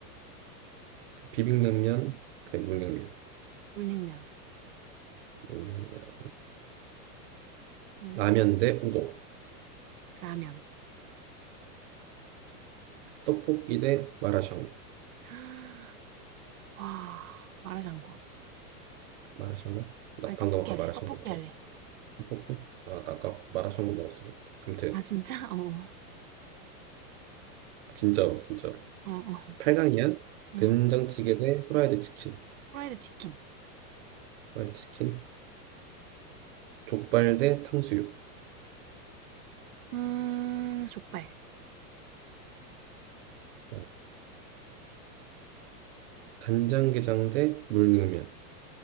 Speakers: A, on the right (about 40°); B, on the right (about 60°).
A: 비빔냉면, 그 다음에 물냉면.
B: 물냉면.
A: 물냉면.
B: 응.
A: 라면 대 우동.
B: 라면.
A: 떡볶이 대 마라샹궈.
B: <laughs> 와, 마라샹궈.
A: 마라샹궈? 나
B: 아니, 떡볶이
A: 방금 아까
B: 할래,
A: 마라샹궈
B: 떡볶이
A: 먹었-
B: 할래.
A: 먹었 아, 나 아까 마라샹궈 먹었었는데 아무튼
B: 아, 진짜? <laughs> 어,
A: 진짜로 진짜로
B: 어, 어.
A: 8강이야?
B: 응?
A: 된장찌개 대 후라이드 치킨
B: 프라이드 치킨.
A: 후라이드 치킨 족발 대 탕수육
B: 음, 족발.
A: 족발. 간장게장 대 물냉면